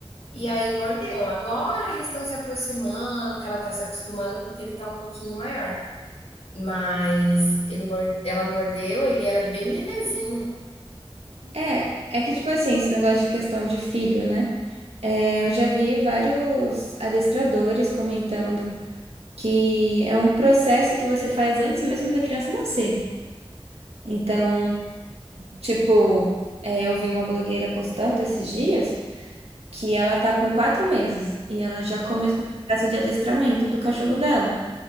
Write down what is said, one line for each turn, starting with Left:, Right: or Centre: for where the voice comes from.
Left: E aí mordeu. Agora eles estão se aproximando, que ela tá se acostumando porque ele tá um pouquinho maior. Mas ele, mor- ela mordeu, ele era bem nenenzinho.
Right: é, é que tipo assim, esse negócio de questão de filho, né? É, eu já vi vários adestradores comentando que é um processo que você faz antes mesmo da criança nascer. Então, tipo, é, eu vi uma blogueira postando esses dias. que ela tá com quatro meses e ela já começou o processo de adestramento do cachorro dela.